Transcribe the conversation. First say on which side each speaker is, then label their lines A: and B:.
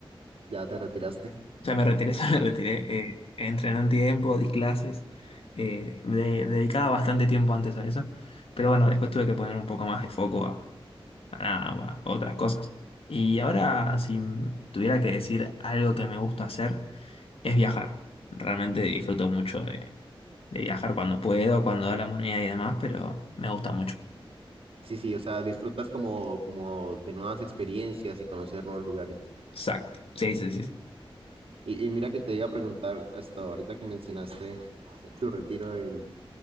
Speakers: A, on the right; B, on the left.
A: Ya te retiraste.
B: Ya me retiré, <laughs> ya me retiré. Eh, entrené un tiempo, di clases. eh, me de- dedicaba bastante tiempo antes a eso. Pero bueno, después tuve que poner un poco más de foco a, a nada, a otras cosas. Y ahora, si tuviera que decir algo que me gusta hacer. es viajar. Realmente disfruto mucho de, de viajar cuando puedo, cuando da la moneda y demás, pero me gusta mucho.
A: Sí, sí, o sea, disfrutas como, como de nuevas experiencias y conocer nuevos lugares.
B: Exacto. Sí, sí, sí. sí.
A: Y, y mira que te iba a preguntar hasta ahorita que mencionaste tu retiro del